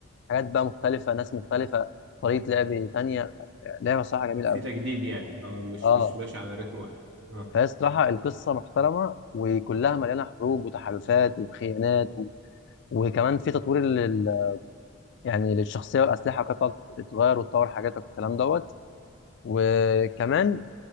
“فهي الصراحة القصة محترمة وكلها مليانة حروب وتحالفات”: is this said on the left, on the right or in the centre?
Left